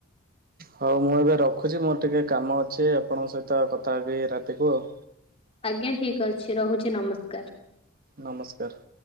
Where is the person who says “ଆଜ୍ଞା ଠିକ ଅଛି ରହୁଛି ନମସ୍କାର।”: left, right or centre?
Left